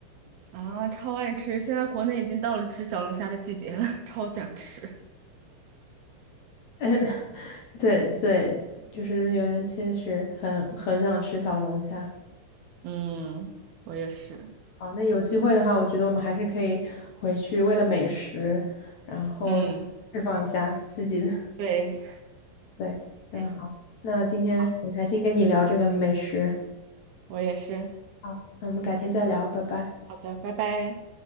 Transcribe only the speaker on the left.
嗯，<laughs> 对对，就是有确实很很想吃小龙虾。
好，那有机会的话，我觉得我们还是可以回去为了美食，然后释放一下自己的。
对，那好，
那今天很开心跟你聊这个美食。
好，那我们改天再聊，拜拜。